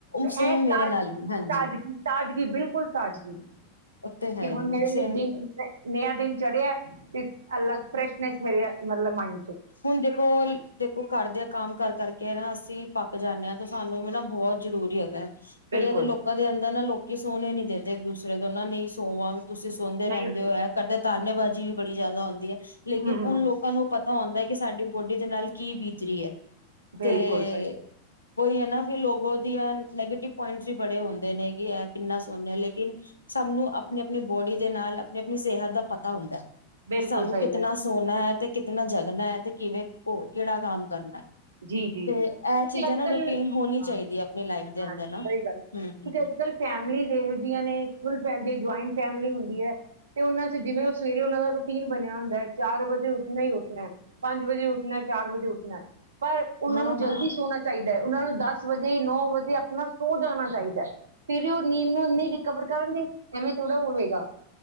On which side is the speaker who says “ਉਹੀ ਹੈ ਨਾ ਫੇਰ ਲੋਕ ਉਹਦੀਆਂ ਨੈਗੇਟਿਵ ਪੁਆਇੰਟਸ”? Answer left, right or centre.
Left